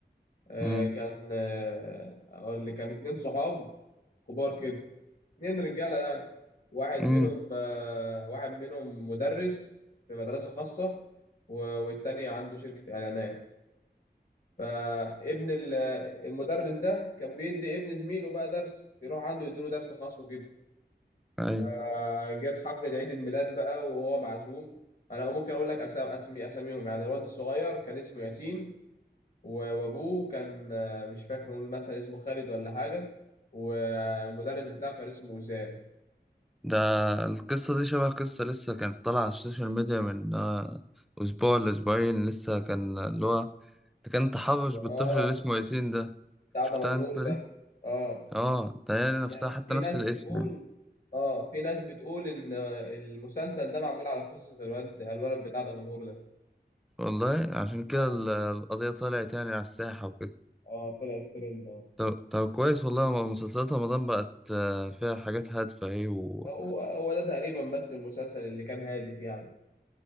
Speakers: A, on the left; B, in the centre.
A: آه،
B: امم
A: كان آه، اقول لك كان اتنين صحاب كبار كده اتنين رجاله يعني واحد
B: امم
A: منهم آه، واحد منهم مدرس في مدرسه خاصه و- والتاني عنده شركه اعلانات فابن ال- المدرس ده كان بيدي ابن زميله بقى درس بيروح عنده يديله درس خاص وكده
B: ايوه
A: فجت حفله عيد الميلاد بقى وهو معزوم انا ممكن اقول لك أسا- اسمي اساميهم يعني الواد الصغير كان اسمه ياسين و- وابوه كان آه، مش فاكر نقول مثلا اسمه خالد ولا حاجه والمدرس بتاعه كان اسمه وسام
B: ده القصة دي شبه قصة لسه كانت طالعة على السوشيال ميديا من آه، أسبوع لأسبوعين لسه كان اللي هو اللي كان تحرش بالطفل
A: اه
B: اللي اسمه ياسين ده
A: بتاع
B: شفتها
A: ده منهور
B: أنت
A: ده
B: دي؟
A: اه
B: اه ده هي نفسها
A: يعني
B: حتى
A: في
B: نفس
A: ناس
B: الاسم
A: بتقول
B: يعني
A: اه في ناس بتقول ان آه، المسلسل ده معمول على قصه الواد الولد بتاع ده منهور ده
B: والله عشان كده
A: اه
B: ال- القضية طلعت يعني على الساحة وكده
A: اه طلع الترند اه
B: طب, طب كويس والله ما مسلسلات رمضان بقت آه، فيها حاجات هادفة ايه و...
A: هو هو ده تقريبا بس المسلسل اللي كان هادف يعني